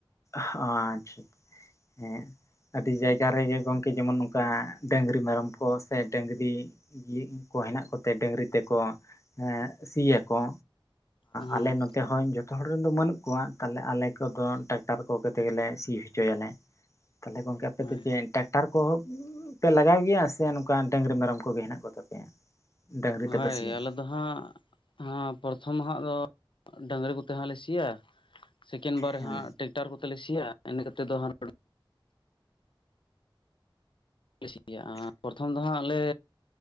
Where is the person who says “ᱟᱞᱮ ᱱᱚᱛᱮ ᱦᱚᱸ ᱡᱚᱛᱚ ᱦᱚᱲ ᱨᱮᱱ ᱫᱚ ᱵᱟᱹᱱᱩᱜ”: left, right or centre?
Left